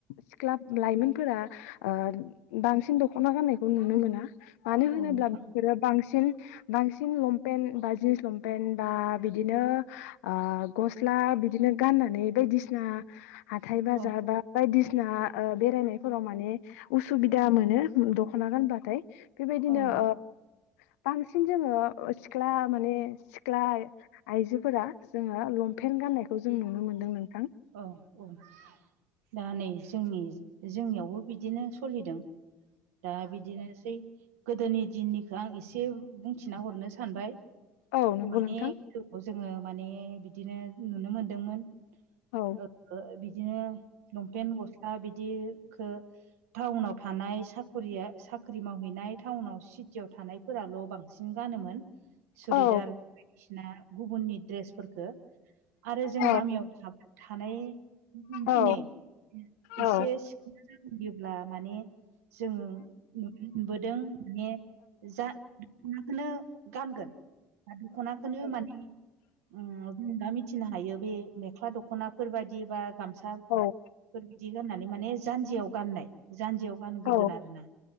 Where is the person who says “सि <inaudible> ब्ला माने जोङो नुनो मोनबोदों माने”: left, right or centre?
Right